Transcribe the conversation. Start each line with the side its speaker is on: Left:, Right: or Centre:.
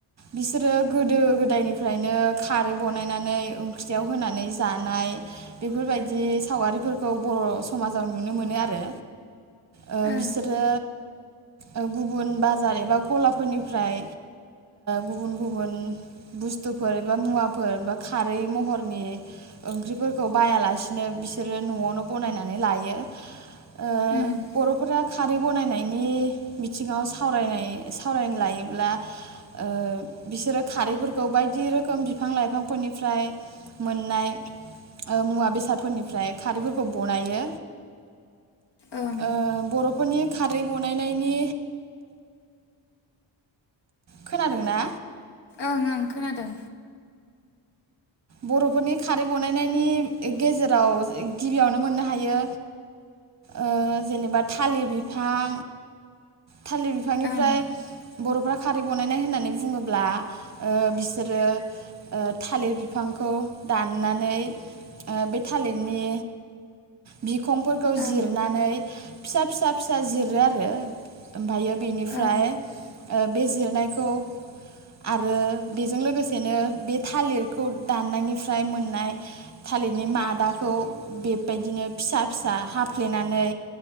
Right: बिसोरो गोदो गोदायनिफ्रायनो खारै बनायनानै ओंख्रियाव होनानै जानाय बेफोरबायदि सावगारिफोरखौ खौ बर समाजाव नुनो मोनो आरो ओ
Left: ओं
Right: बिसोरो ओ गुबुन बाजार एबा गलाफोरनिफ्राय गुबुन-गुबुन बुस्थुफोर एबा मुवाफोर बा खारै महरनि ओंख्रिफोरखौ बायालासिनो बिसोरो नआवनो बनायनानै लायो ओ
Left: उम
Right: बरफोरा खारै बनायनायनि बिथिंङाव सावरायनाय सावरायनो लायोब्ला ओ बिसोरो खारैफोरखौ बायदि रोखोम बिफां लाइफांफोरनिफ्राय मोननाय मुवा बेसादफोरनिफ्राय। खारैफोरखौ बनायो
Left: ओं
Right: ओ बरफोरनि खारै बनायनायनि खोनादोंना
Left: ओं-ओं खोनादों
Right: बरफोरनि खारै बनायनायनि गेजेराव गिबियावनो मोननो हायो ओ जेनेबा थालिर बिफां थालिर बिफांनिफ्राय
Left: ओं
Right: बरफ्रा खारै बनायनाय होननानै बुंङोब्ला ओ बिसोरो थालिर बिफांखौ दाननानै ओ बे थालिरनि बिखंफोरखौ
Left: ओं
Right: जिरनानै फिसा-फिसा-फिसा जिरो आरो ओमफ्रायो बेनिफ्राय
Left: ओं
Right: ओ‌ बे जिरनायखौ आरो बेजों लोगोसेनो बे थालिर खौ दाननायनिफ्राय मोननाय थालिरनि मादाखौ बेबायदिनो फिसा-फिसा हाफ्लेनानै